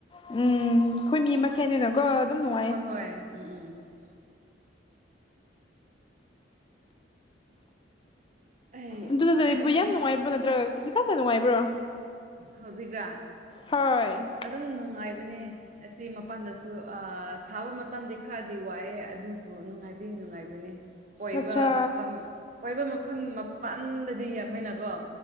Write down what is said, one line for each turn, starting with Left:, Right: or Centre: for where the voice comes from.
Left: ꯎꯝ ꯑꯈꯣꯏ ꯃꯁꯦꯟꯅꯦꯅ ꯀꯣ ꯑꯗꯨꯝ ꯅꯨꯡꯉꯥꯏꯌꯦ
Right: ꯍꯣꯏ ꯍꯣꯏ ꯎꯝ ꯎꯝ ꯑꯩ
Left: ꯑꯗꯨꯅ ꯑꯩꯕꯨ
Right: ꯍꯦ ꯍꯦ
Left: ꯌꯥꯝ ꯅꯨꯡꯉꯥꯏꯕꯣ ꯅꯠꯇ꯭ꯔꯒ ꯈꯖꯤꯛꯈꯛꯇ ꯅꯨꯡꯉꯥꯏꯕ꯭ꯔꯣ
Right: ꯍꯧꯖꯤꯛꯔꯥ
Left: ꯍꯣꯏ
Right: ꯑꯗꯨꯝ ꯅꯨꯡꯉꯥꯏꯕꯅꯦ ꯑꯁꯤ ꯃꯄꯥꯟꯗꯁꯨ ꯁꯥꯕ ꯃꯇꯝꯗꯤ ꯈꯔꯗꯤ ꯋꯥꯏꯑꯦ ꯑꯗꯨꯕꯨ ꯅꯨꯡꯉꯥꯏꯕꯔ꯭ꯤ ꯅꯨꯡꯉꯥꯏꯕꯅꯤ ꯀꯣꯏꯕ
Left: ꯑꯠꯆꯥ
Right: ꯃꯐꯝ ꯀꯣꯏꯕ ꯃꯐꯝ ꯃꯄꯟꯗꯗꯤ ꯌꯥꯝꯃꯦꯅꯀꯣ